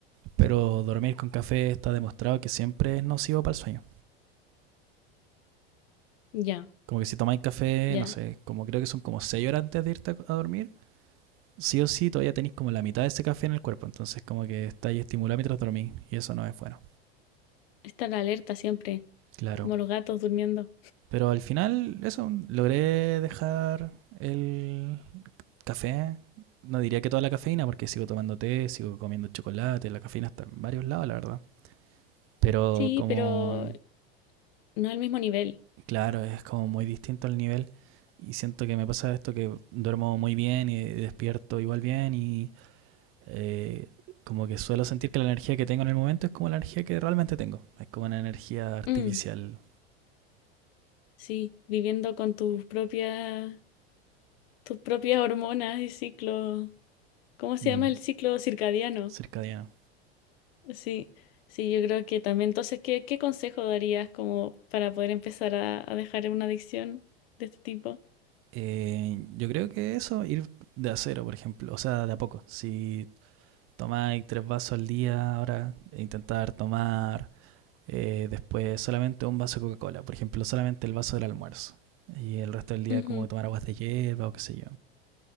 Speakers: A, on the right; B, on the left.
A: pero dormir con café está demostrado que siempre es nocivo para el sueño.
B: Ya,
A: Como que si tomáis café,
B: ya.
A: no sé, como creo que son como 6 horas antes de irte a dormir, sí o sí todavía tenéis como la mitad de ese café en el cuerpo, entonces como que estáis estimulando mientras dormís y eso no es bueno.
B: Estar alerta siempre,
A: Claro.
B: como los gatos durmiendo.
A: Pero al final, eso, logré dejar el café. No diría que toda la cafeína, porque sigo tomando té, sigo comiendo chocolate, la cafeína está en varios lados, la verdad. Pero
B: Sí,
A: como,
B: pero no al mismo nivel.
A: claro, es como muy distinto el nivel. Y siento que me pasa esto que duermo muy bien y despierto igual bien y eh, como que suelo sentir que la energía que tengo en el momento es como la energía que realmente tengo. Es como una energía artificial
B: Mm, sí, viviendo con tus propias, tus propias hormonas y ciclos. ¿Cómo se
A: mm,
B: llama el ciclo circadiano?
A: cercadiana.
B: Sí, sí, yo creo que también. Entonces, ¿qué, qué consejo darías como para poder empezar a, a dejar una adicción de este tipo?
A: Eh, yo creo que eso, ir de a cero, por ejemplo, o sea, de a poco. Si tomáis tres vasos al día, ahora intentar tomar eh, después solamente un vaso de Coca-Cola, por ejemplo, solamente el vaso del almuerzo. Y el resto del día
B: Ujú,
A: como tomar aguas de hierba o qué sé yo.